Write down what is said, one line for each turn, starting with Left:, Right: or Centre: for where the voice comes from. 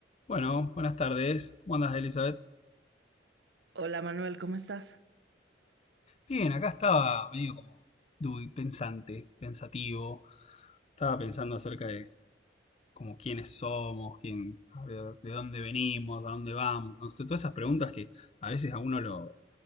Left: Bueno, buenas tardes. ¿Cómo andas, Elizabeth?
Right: Hola Manuel, ¿cómo estás?
Left: Bien, acá estaba medio como duy, pensante, pensativo. Estaba pensando acerca de como quiénes somos, quién, de, de dónde venimos, a dónde vamos, no sé, todas esas preguntas que a veces a uno lo